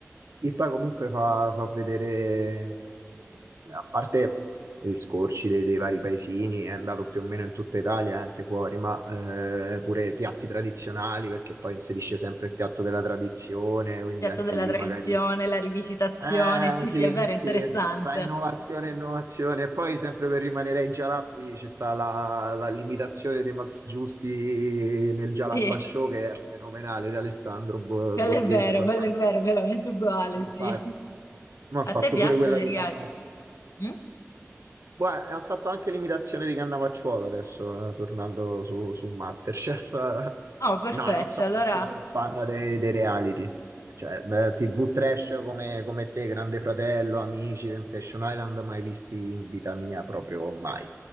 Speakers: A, on the right (about 70°); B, on the left (about 85°).
A: E poi comunque fa, fa vedere, a parte gli scorci dei, dei vari paesini, è andato più o meno in tutta Italia, e anche fuori, ma eh, pure i piatti tradizionali, perché poi inserisce sempre il piatto della tradizione, quindi
B: Piatto
A: anche
B: della
A: lì
B: tradizione,
A: magari...
B: la rivisitazione,
A: Eh
B: sì,
A: sì,
B: sì, è vero,
A: sì,
B: interessante.
A: fa innovazione, e innovazione. E poi sempre per rimanere ai Jalappi c'è sta la, la l'imitazione di Max Giusti nel Jalappa
B: Sì,
A: Show che è fenomenale, di Alessandro Bo-
B: quello
A: Borghese.
B: è vero,
A: fatto
B: quello è vero, veramente uguale,
A: infatti,
B: sì.
A: ma ha
B: A
A: fatto
B: te piacciono
A: pure quella
B: i
A: di
B: reali?
A: Cannavaro.
B: Mm?
A: Guarda, ha fatto anche l'imitazione di Cannavacciuolo adesso, eh, tornando su, su MasterChef. <laughs>
B: Oh, perfetto,
A: No, non sono
B: allora...
A: un super fan dei, dei reality. Cioè, beh, TV trash come, come te, Grande Fratello, Amici, Temptation Island, mai visti in vita mia proprio mai.